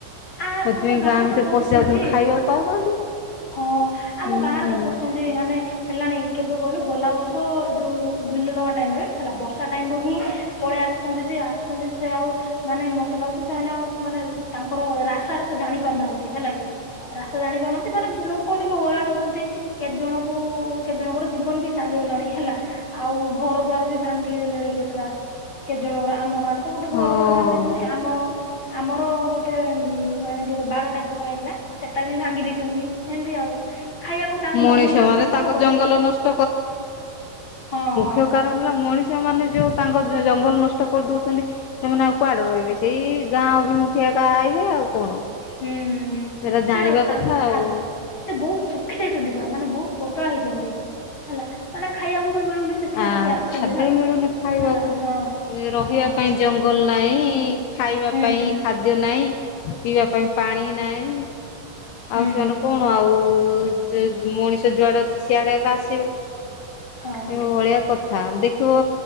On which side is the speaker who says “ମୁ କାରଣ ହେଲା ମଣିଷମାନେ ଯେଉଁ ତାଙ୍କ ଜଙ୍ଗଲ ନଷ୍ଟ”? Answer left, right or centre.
Left